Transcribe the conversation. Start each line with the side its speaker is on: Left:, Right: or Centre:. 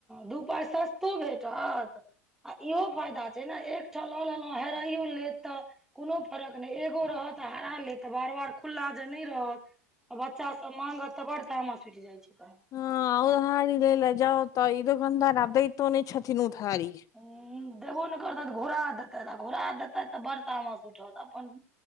Centre: दु पाय सस्तो भेटत आ इहो फायदा छै ने एकठाम लऽ लेलो। ह हेराइयो लेत तऽ कोनो फरक नहि एगो रहत आ हरा लेत त बार-बार खुल्ला जे नहि रहत। बच्चा सब मांगत तऽ बड़ तामस उठि जाइ छै त।
Left: हँ उधारी लै लए जाउ तऽ ई दोकानदार आब दैतो नहि छथिन उधारी।
Centre: ह्म देबो ने करतैथ घुरा देतैथ आ घुरा देतैथ तऽ बर तामस उठत। अपन